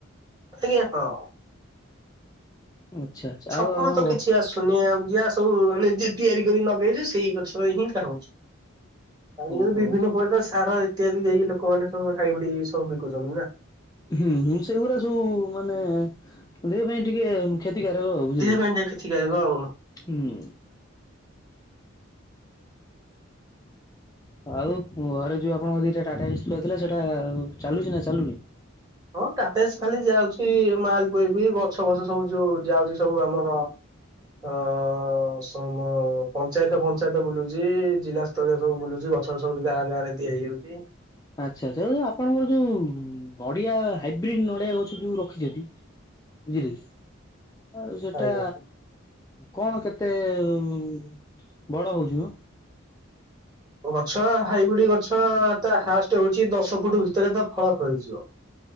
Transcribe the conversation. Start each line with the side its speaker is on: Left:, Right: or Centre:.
Right: ଆଜ୍ଞା ହଁ।
Left: ଆଚ୍ଛା।
Right: ଛକ
Left: ଆଉ ଆପଣଙ୍କ
Right: ରୁ ତ କିଛି ଆସୁ ସୁନିଆ ଉଜିଆ ସବୁ ନିଜେ ତିଆରି କରିକି ନଗେଇଚୁ ସେଇ ଗଛରେ ହିଁ ଖାାଉଚୁ। ପାଣି
Left: ଓହୋ
Right: ବିଭିନ୍ନ ପ୍ରକାର ତ ସାର ଇତ୍ୟାଦି ଦେଇକି ଲୋକମାନେ ତ ସବ ହାଇବିଡି ସବୁ ବିକୁଛନ୍ତି ନା?
Left: ହୁଁ ହୁଁ ସେଗୁରା ସବୁ ମାନେ ଦେହ ପାଇଁ ଟିକେ କ୍ଷତିକାରକ ବୁଝିଲେ
Right: ଦେହ ପାଇଁ
Left: କି
Right: ଟିକେ କ୍ଷତିକାରକ ଆଉ।
Left: ହୁଁ।
Right: <inaudible>
Left: ଆଉ ଘରେ ଯୋଉ ଆପଣଙ୍କ ଦିଟା ଟାଟାଏସି ଥୁଆ ହେଇଥିଲା ସେଇଟା ଚାଲୁଛି ନା ଚାଲୁନି?
Right: ହଁ ଟାଟାଏସି ଖାଲି ଯାଉଚି ମାଲ ବୁହା ବୁହି ଗଛ ଫଛ ସବୁ ଯୋଉ ଯାଉଛି ସବୁ ଆମର ଆ ସମ ପଞ୍ଚାୟତ ଫଞ୍ଚାୟତ ବୁଲୁଛି ଜିଲା ତ ଲ୍ୟା ସବୁ ବୁଲୁଛି ଗଛ ସବୁ ଗାଁ ଗାଁ ରେ ଦିଆ ହେଇଯାଉଚି।
Left: ଆଚ୍ଛା ଆଚ୍ଛା ଏ ଆପଣଙ୍କର ଯୋଉ ନଡିଆ ହାଇବ୍ରିଡ ନଡିଆ ଗଛ ଯୋଉ ରଖିଛନ୍ତି
Right: <inaudible>
Left: ବୁଝିଲେ କି? ଆଉ ସେଟା
Right: ଆଜ୍ଞା।
Left: କଣ କେତେ ଉମ୍ ବଡ ହଉଛି ମ?
Right: ମୋ ଗଛ ହାଇବ୍ରିଡ ଗଛ ତା ହାଷ୍ଟ ହଉଚି ଦଶ ଫୁଟ ଭିତରେ ତା ଫଳ ଫଳିଯିବ।